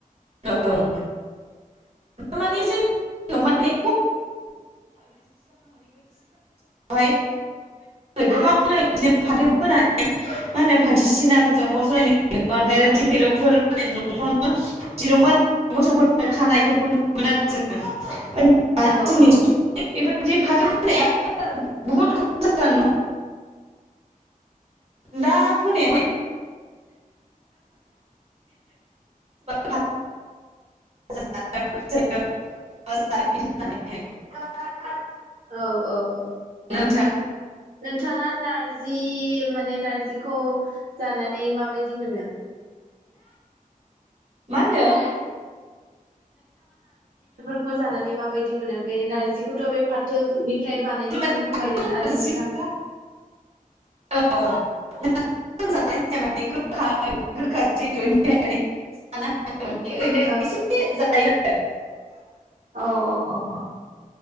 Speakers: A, on the right; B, on the right.
A: औ माने जों <unintelligible> माने मे <unintelligible> गोबां बिदिनो फाथो फोनानै मा होनो फाथोसिनाफोरजों अर जलायनो <unintelligible> <unintelligible> दिरुं बानायो मोसौफोर खानायफोरखौ नुनो मोनो <inaudible>
B: औ औ
A: <unintelligible> <unintelligible> दा फोनाया <unintelligible> <unintelligible>
B: औ औ औ
A: नोंथां
B: नोंथाङा नारजि माने नार्जिखौ जानानै माबायदि मोनो
A: मा होनदों
B: नारजिखौ जानानै माबायदि मोनो बे नारजिखौथ बे फाथोनि फ्राय बानायो होननानै
A: माने
B: बुंबाय नोङो आरो
A: नारजिखौ
B: नोंथां
A: औ <unintelligible> <unintelligible> ओरैनो
B: औ
A: एसे <unintelligible>
B: औ औ औ औ